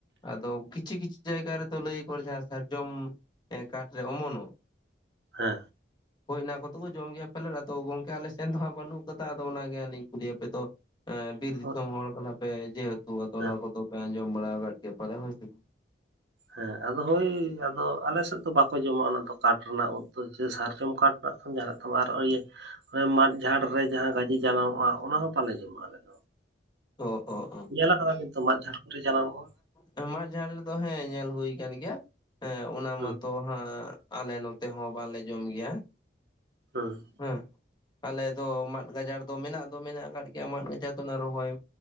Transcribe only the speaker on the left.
ᱟᱫᱚ ᱠᱤᱪᱷᱤ ᱠᱤᱪᱷᱤ ᱡᱟᱭᱜᱟ ᱨᱮᱛᱚ ᱞᱟᱹᱭᱟᱠᱚ ᱡᱟᱦᱟᱸ ᱥᱟᱨᱡᱚᱢ ᱦᱮᱸ ᱠᱟᱴ ᱨᱮ ᱚᱢᱚᱱᱚᱜ
<inaudible> ᱦᱳᱭ ᱚᱱᱟ ᱠᱚᱫᱚ ᱠᱚ ᱡᱚᱢ ᱜᱮᱭᱟ ᱯᱟᱞᱮᱫ ᱟᱫᱚ ᱜᱚᱝᱠᱮ ᱟᱞᱮ ᱥᱮᱱ ᱫᱚᱦᱟᱸᱜ ᱵᱟᱹᱱᱩᱜ ᱠᱟᱫᱟ ᱟᱫᱚ ᱚᱱᱟᱜᱮ ᱟᱹᱞᱤᱧ ᱠᱩᱞᱤᱭ ᱟᱯᱮ ᱛᱚ ᱮᱸ, ᱵᱤᱨ ᱫᱤᱥᱚᱢ
ᱦᱚᱲ ᱠᱟᱱᱟᱯᱮ ᱡᱮᱦᱮᱛᱩ ᱟᱫᱚ
ᱚᱱᱟ ᱠᱚᱫᱚ ᱯᱮ ᱟᱸᱡᱚᱢ ᱵᱟᱲᱟ ᱠᱟᱫ ᱜᱮᱭᱟ ᱯᱟᱞᱮ ᱦᱚᱭ ᱥᱮ ᱵᱟ
ᱚ ᱚ ᱚ
ᱦᱮᱸ, ᱢᱟᱜ ᱡᱷᱟᱲ ᱨᱮᱫᱚ ᱦᱮᱸ ᱧᱮᱞ ᱦᱩᱭ ᱠᱟᱱ ᱜᱮᱭᱟ ᱦᱮᱸ ᱚᱱᱟ
ᱢᱟᱛᱚ ᱦᱟᱸᱜ ᱟᱞᱮ ᱱᱚᱛᱮ ᱦᱚᱸ ᱵᱟᱞᱮ ᱡᱚᱢ ᱜᱮᱭᱟ
ᱦᱮᱸ ᱟᱞᱮ ᱫᱚ ᱢᱟᱫ ᱜᱟᱡᱟᱲ ᱫᱚ ᱢᱮᱱᱟᱜ ᱫᱚ ᱢᱮᱱᱟᱜ ᱟᱠᱟᱫ ᱜᱮᱭᱟ ᱢᱟᱫ ᱜᱟᱡᱟᱲ ᱫᱚ ᱚᱱᱟ ᱨᱚᱦᱚᱭ